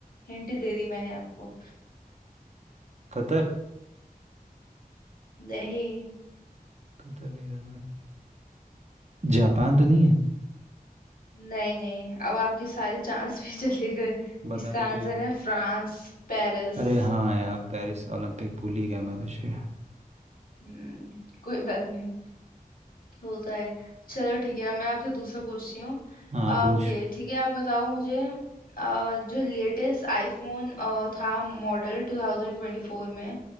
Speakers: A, on the left; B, on the right.
A: हिंट दे दी मैंने आपको
B: Qatar
A: नहीं
B: Qatar नहीं था जापान तो नहीं है
A: नहीं नहीं अब आपके सारे चांस भी <laughs> चले गए
B: बता
A: इसका
B: दे
A: आंसर
B: तू ही
A: है फ्रांस पेरिस
B: अरे हाँ यार पेरिस ओलंपिक भूल ही गया मैं तुझे
A: हम्म कोई बात नहीं होता है चलो ठीक है मैं आपसे दूसरा पूछती हूँ
B: हाँ
A: ओके
B: पूछ
A: ठीक है आप बताओ मुझे अ, जो लेटेस्ट आईफोन था मॉडल 2024 में